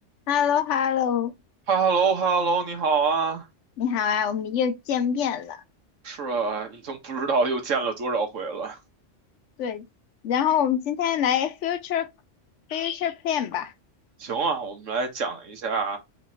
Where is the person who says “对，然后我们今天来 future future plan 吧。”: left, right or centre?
Left